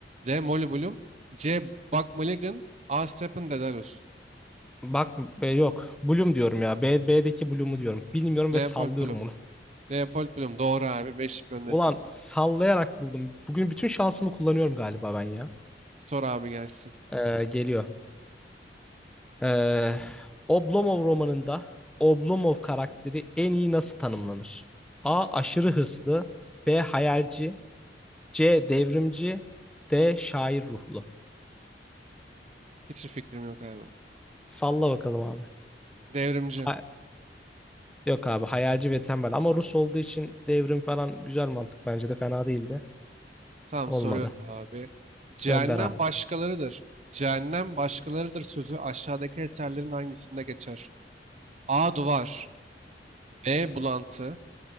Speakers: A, on the right (about 40°); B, in the centre.
A: D. Molly Bloom C. Buck Mulligan A. Stephen Dedalus
B: bak e, yok. Bloom diyorum ya. B, B'deki Bloom'u diyorum. Bilmiyorum
A: Leopold
B: ve sallıyorum
A: Bloom Leopold Bloom doğru abi 5 öndesin.
B: Ulan sallayarak buldum. Bugün bütün şansımı kullanıyorum galiba ben ya.
A: Sor abi gelsin.
B: Ee, geliyor. Ee, Oblomov romanında Oblomov karakteri en iyi nasıl tanımlanır? A. Aşırı hırslı. B. Hayalci. C. Devrimci. D. Şair ruhlu.
A: Hiç fikrim yok abi.
B: Salla bakalım abi.
A: Devrimci.
B: Ha- Yok abi hayalci ve tembel ama Rus olduğu için devrim falan güzel mantık bence de fena değildi.
A: Tamam
B: Olmadı.
A: soruyorum abi. Cehennem
B: Gönder abi.
A: başkalarıdır. Cehennem başkalarıdır sözü aşağıdaki eserlerin hangisinde geçer? A. Duvar. B. Bulantı.